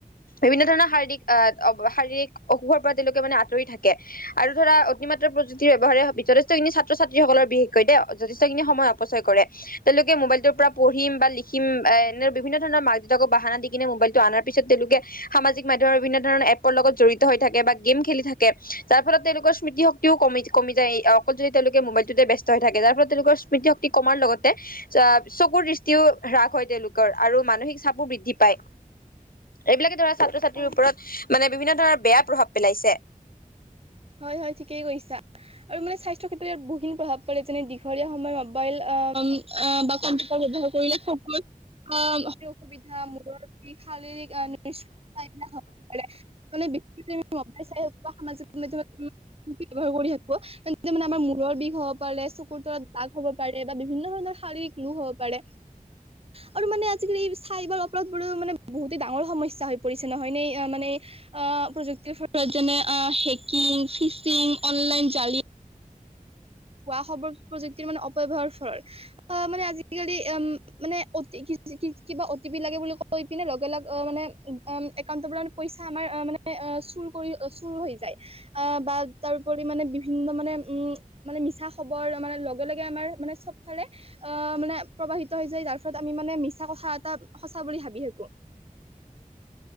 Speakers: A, on the left; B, on the right.
A: বিভিন্ন ধৰণৰ শাৰীৰিক আহ শাৰীৰিক অসুখৰ পৰা তেওঁলোকে মানে আঁতৰি থাকে আৰু ধৰা অতিমাত্ৰা প্ৰযুক্তিৰ ব্যৱহাৰে বিতদেষ্টখিনি ছাত্ৰ-ছাত্ৰীসকলৰ বি <unintelligible> যথেষ্ট খিনি সময় অপচয় কৰে তেওঁলোকে মোবাইল পৰা পঢ়িম বা লিখিম এনে বিভিন্ন ধৰণৰ মাক -দেউতাকক বাহানা দি কিনে মবাইলটো আনাৰ পিছত তেওঁলোকে সা সামাজিক মাধ্যমৰ বিভিন্ন ধৰণৰ এপৰ লগত জডিত হৈ থাকে বা গেম খেলি থাকে যাৰ ফলত তেওঁলোক। স্মৃতিশক্তিও কমি কমি যায় অকল যদি তেওঁলোকে মোবাইলটোতে ব্যস্ত হৈ থাকে যাৰ ফলত তেওঁলোকৰ স্মৃতিশক্তি কমাৰ লগত। তে চকুৰ দৃষ্টিও হাস হয় তেওঁলোকৰ আৰু মানসিক চাপো বৃদ্ধি পায়। এইবিলাকে ধৰা ছাত্ৰ ছাত্ৰীৰ
B: হয়
A: ওপৰত মানে বিভিন্ন ধৰণৰ বেয়া প্ৰভাৱ পেলাইছে।
B: হয় হয় ঠিকেই কৈছা। আৰু মানে স্বাস্থ্যৰ ক্ষেত্ৰত ইয়াত বহুখিনি প্ৰভাৱ পৰে যেনে দীঘলীয়া সময়ত মবাইল বা কম্পিউটাৰ। দেহ কৰিলে চকুত। অ স অসুবিধা মূৰৰ শাৰীৰিক নিলাক হব পাৰে মানে। সম্পাইছাই সামাজিক মাধ্যমত। ব্যৱহাৰ কৰি থাকো মানে আমাৰ মূৰৰ বিষ হব পাৰে চকুৰ তলত দাক হব পাৰে বা বিভিন্ন ধৰণৰ। শাৰীৰিক লু হব পাৰে। আৰু মানে আজিকালি চাইবাৰ অপৰাধ বোৰো মানে বহুতে ডাঙৰ সমস্যা হৈ পৰিছে নহয় ন মানে। অঁ প্ৰযুক্তিৰ ফলত যেনে হেকিং ফিচিং অনলাইন জালি। হোৱা সব প্ৰযুক্তিৰ মানে অপব্যয়ৱহাৰ ফল আহ মানে আজিকালি উ মানে অতি। কিবা অ' টি পি লাগে বুলি কৈ পিনে লগে লগ অ মানে উম একাউণ্টৰ পৰাে পইচা আমাৰ অ মানে। চুৰ কৰি চুৰ হৈ যায় আহ বা তাৰপৰি মানে বিভিন্ন মানে উম। মানে মিছা খবৰ মানে লগে লগে আমাৰ মানে চবফালে অ মানে প্ৰবাহিত হৈ যায় তাৰফত আমি। মানে মিছা কথা এটা সঁচা বুলি ভাবি থাকো।